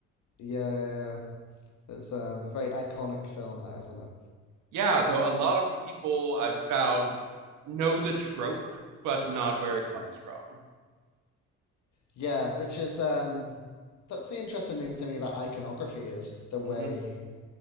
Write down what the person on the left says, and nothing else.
Yeah, yeah, yeah. yeah. it's um, a very iconic film, that isn't it?
Yeah, which is um, that's the interesting thing to me about iconography is the way